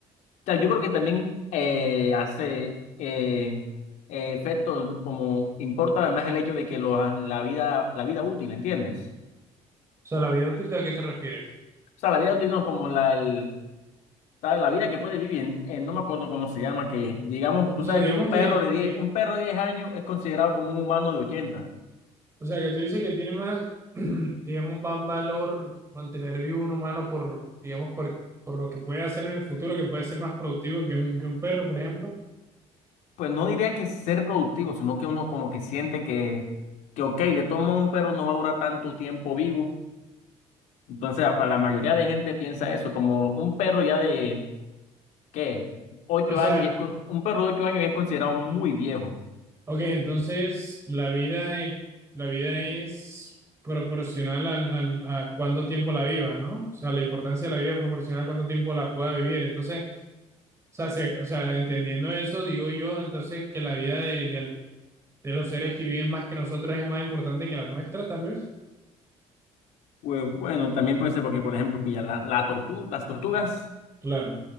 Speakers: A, on the left; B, on the right.
A: sea, yo creo que también eh, hace eh, eh, efecto, como importa además el hecho de que los, la vida, la vida útil, ¿entiendes?
B: sea, la vida útil, ¿a qué te refieres?
A: O sea, la vida útil no es como la, el- tal, la vida que puede vivir, en- en- no me acuerdo cómo se llama, que digamos, tú
B: O sea,
A: sabes
B: digamos
A: que un perro
B: que,
A: de 10
B: que
A: un perro de 10 años es considerado como un humano de ochenta
B: O sea, que tú dices que tiene más, <clears throat> digamos, más valor mantener vivo un humano por, digamos, por, por lo que puede hacer en el futuro, que puede ser más productivo que un, que un perro, por ejemplo.
A: Pues no diría que ser productivo, sino que uno como que siente que, que ok, de todo modo un perro no va a durar tanto tiempo vivo. Entonces, a, a la mayoría de gente piensa eso, como un perro ya de ¿qué? Ocho
B: O sea,
A: años y es con, un perro de ocho años ya es considerado muy viejo.
B: ok, entonces la vida, e- la vida es proporcional al, al- a cuánto tiempo la viva, ¿no? O sea, la importancia de la vida es proporcional a cuánto tiempo la pueda vivir. Entonces, o sea, se- o sea, entendiendo eso, digo yo, entonces, que la vida de, de, de los seres que viven más que nosotros es más importante que la nuestra, tal vez.
A: Pues bueno, también puede ser porque, por ejemplo, pilla la, la tortu- las tortugas
B: Claro.